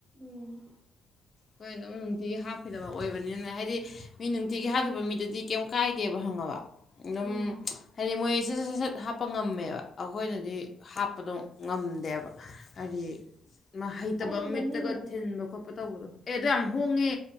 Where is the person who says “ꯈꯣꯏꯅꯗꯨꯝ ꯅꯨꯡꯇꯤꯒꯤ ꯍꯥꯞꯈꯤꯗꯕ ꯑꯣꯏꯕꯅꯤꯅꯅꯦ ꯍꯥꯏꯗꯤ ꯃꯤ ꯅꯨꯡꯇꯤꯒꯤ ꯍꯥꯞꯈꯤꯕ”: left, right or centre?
Left